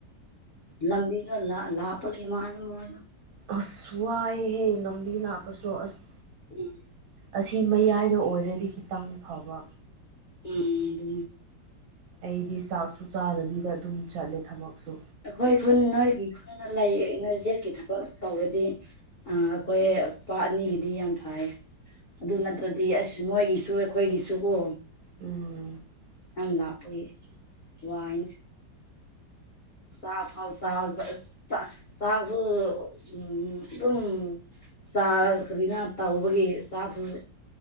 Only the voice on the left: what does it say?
ꯂꯝꯕꯤꯗꯣ ꯂ ꯂꯥꯞꯄꯒꯤ ꯃꯥꯅꯦ ꯃꯣꯏꯅ
ꯎꯝ
ꯎꯝ ꯕꯨꯡ
ꯑꯩꯈꯣꯏ ꯈꯨꯟ ꯅꯣꯏꯒꯤ ꯈꯨꯅ ꯂꯩ ꯅꯣꯏ ꯖꯦꯠꯀꯤ ꯊꯕꯛ ꯇꯧꯔꯗꯤ ꯑ ꯑꯩꯈꯣꯏ ꯄꯥꯠ ꯑꯅꯤꯒꯤꯗꯤ ꯌꯥꯝ ꯐꯥꯏꯌꯦ ꯑꯗꯨ
ꯅꯠꯇ꯭ꯔꯗꯤ ꯑꯁ ꯃꯣꯏꯒꯤꯁꯨ ꯑꯩꯈꯣꯏꯒꯤꯁꯨ ꯀꯣ
ꯌꯥꯝ ꯂꯥꯛꯄꯒꯤ ꯋꯥꯏꯟ ꯆꯥꯛ ꯐꯥꯎ ꯆꯕ ꯆꯥꯛꯁꯨ ꯎꯝ ꯗꯨꯝ ꯆꯥꯔ ꯀꯔꯤꯅ ꯇꯥꯎꯕꯒꯤ ꯆꯥꯛꯁꯨ